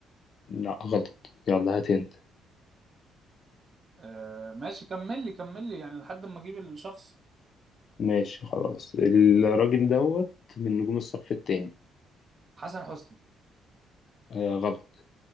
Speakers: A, on the left; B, on the right.
A: لا غلط يلا هات هند
B: آه، ماشي كمل لي كمل لي يعني لحد ما اجيب الشخص
A: ماشي خلاص الراجل دوت من نجوم الصف التاني
B: حسن حسني
A: آه غلط